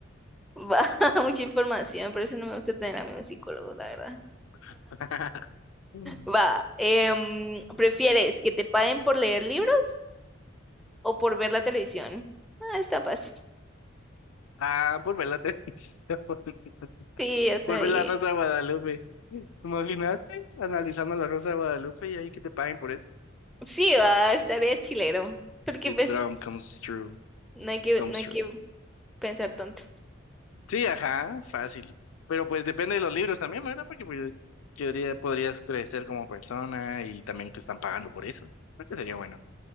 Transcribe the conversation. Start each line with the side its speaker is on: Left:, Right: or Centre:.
Centre: va, <laughs> mucha información, por eso no me gusta tener amigos psicólogos, la verdad.
Left: <laughs> Mm.
Centre: Va, em, ¿prefieres que te paguen por leer libros o por ver la televisión? Ah, está fácil.
Left: Ah, por ver la televisión. <laughs>
Centre: Sí, está
Left: Por ver
Centre: bien.
Left: la Rosa de Guadalupe. Imagínate, analizando la Rosa de Guadalupe y ahí que te paguen por eso.
Centre: Sí, va, estaría chilero, porque
Left: The drum
Centre: pues
Left: comes true.
Centre: no hay que,
Left: It comes
Centre: no hay
Left: true.
Centre: que pensar tanto.
Left: Sí, ajá, fácil. Pero pues depende de los libros también, ¿verdad? Porque pues, quedaría- podrías crecer como persona y también te están pagando por eso. Creo que sería bueno.